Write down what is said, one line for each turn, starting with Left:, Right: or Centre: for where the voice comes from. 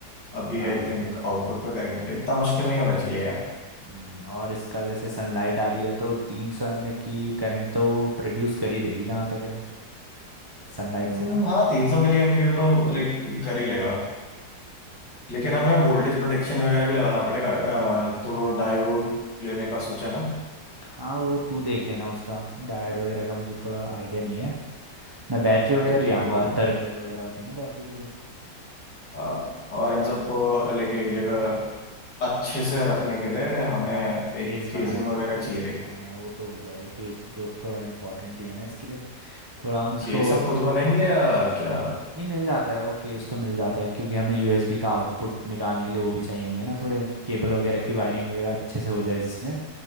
Left: अभी
Right: हाँ
Left: आई थिंक आउटपुट पे करेंगे इतना मुश्किल नहीं होना चाहिए यार
Right: हम्म, और इसका जैसे सनलाइट आ रही है तो तीन सौ एम ए की करंट तो प्रोड्यूस कर ही देगी जहाँ तक है सनलाइट
Left: हम्म,
Right: से ना
Left: हाँ तीन सौ मिली एम्पियर तो लाइक कर ही लेगा लेकिन हमें वोल्टेज प्रोटेक्शन वगैरह भी लगाना पड़ेगा अ, तो डायोड लेने का सोचा ना
Right: हाँ वो तू देख लेना उसका डायोड वगैरह का मुझे थोड़ा आइडिया नहीं है मैं बैटरी
Left: हाँ
Right: वगैरह
Left: तो
Right: ले
Left: ठीक
Right: आऊँगा
Left: होगा
Right: टर्मिनल वगैरह होती है ना बैटरी के जो
Left: अ, और इन सबको लाइक एक जगह अच्छे से रखने के लिए हमें एक
Right: केस बनाना
Left: केसिंग
Right: पड़े
Left: वगैरह चाहिए
Right: हाँ वो तो हो जाएगा केस तो दो- थोड़ा इम्पोर्टेंट ही है ना इसके लिए थोड़ा हम इसको
Left: केस हम खुद बनाएंगे या क्या
Right: नहीं मिल जाता है वो केस तो मिल जाता है क्योंकि हमें यूएसबी का आउटपुट निकालने के लिए वो भी चाहिए होंगे ना थोड़े केबल वगैरह की वायरिंग वगैरह अच्छे से हो जाए जिसमें